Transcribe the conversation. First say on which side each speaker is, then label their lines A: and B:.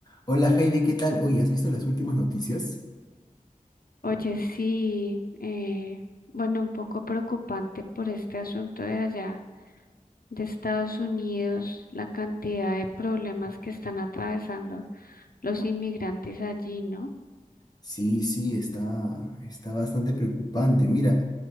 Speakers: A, on the left; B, on the left.
A: Hola Heidi, ¿qué tal? Oye, ¿has visto las últimas noticias?
B: Oye, sí, eh, bueno, un poco preocupante por este asunto de allá, de Estados Unidos, la cantidad de problemas que están atravesando los inmigrantes allí, ¿no?
A: Sí, sí, está, está bastante preocupante. Mira,